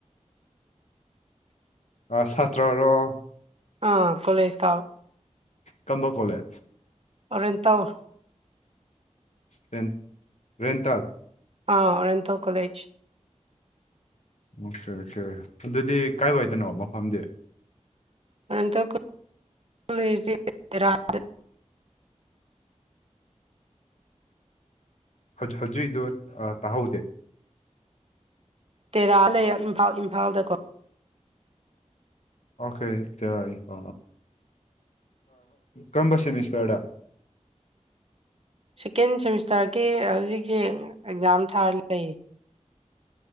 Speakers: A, on the left; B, on the right.
A: ꯑ ꯁꯥꯇ꯭ꯔꯔꯣ
B: ꯑ ꯀꯣꯂꯦꯁ ꯀꯥꯕ
A: ꯀꯝꯕꯣ ꯀꯣꯂꯦꯖ
B: ꯑꯣꯔꯦꯟꯇꯜ
A: ꯔꯦꯟ ꯔꯦꯟꯇꯜ
B: ꯑꯥ ꯔꯦꯟꯇꯜ ꯀꯣꯂꯦꯖ
A: ꯑꯣꯀꯦ ꯑꯣꯀꯦ ꯑꯗꯨꯗꯤ ꯀꯥꯏ ꯋꯥꯏꯗꯅꯣ ꯃꯐꯝꯗꯤ
B: ꯔꯦꯟꯇꯦꯜ ꯀꯣꯂꯦꯖ ꯇꯦꯔꯗ
A: ꯍꯧ ꯍꯧꯖꯤꯛꯀꯤꯗꯣ ꯇꯍꯧꯗꯦ
B: ꯇꯦꯔꯥ ꯂꯩ ꯏꯝꯐꯥꯜ ꯏꯝꯐꯥꯜꯗꯀꯣ
A: ꯑꯣꯀꯦ ꯇꯦꯔꯅꯤꯀꯣ ꯀꯝꯕꯁ ꯁꯤꯃꯤꯁꯇꯔꯗ
B: ꯁꯦꯀꯦꯟ ꯁꯦꯃꯤꯁꯇꯔꯒꯤ ꯍꯧꯖꯤꯛꯁꯦ ꯑꯦꯛꯖꯥꯝ ꯊꯥꯔ ꯂꯩꯌꯦ